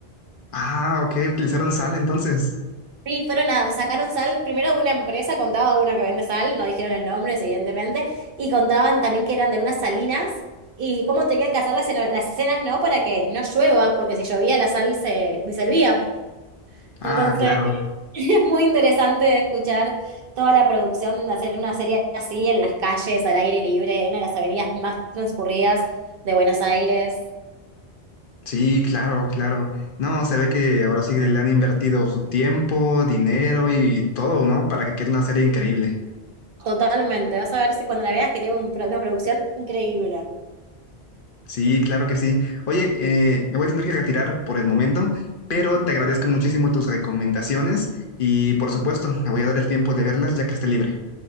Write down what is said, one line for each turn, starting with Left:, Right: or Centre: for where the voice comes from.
Left: Ah, ok, utilizaron sal entonces.
Right: Sí, fueron a, sacaron sal, primero una empresa contaba una que vende sal, no dijeron el nombre, evidentemente, y contaban también que eran de unas salinas y cómo tenían que hacer las, esceno- las escenas, ¿no? Para que no llueva, porque si llovía la sal se disolvía.
Left: Ah,
Right: Entonces,
Left: claro.
Right: <laughs> es muy interesante escuchar toda la producción de hacer una serie así en las calles, al aire libre, en una de las avenidas más transcurridas de Buenos Aires.
Left: Sí, claro, claro. No, se ve que ahora sí que le han invertido su tiempo, dinero y todo, ¿no? Para que quede una serie increíble.
Right: Totalmente, vas a ver si cuando la veas que tiene un pro- una producción increíble.
Left: Sí, claro que sí. Oye, eh, me voy a tener que retirar por el momento, pero te agradezco muchísimo tus recomendaciones y por supuesto, me voy a dar el tiempo de verlas ya que esté libre.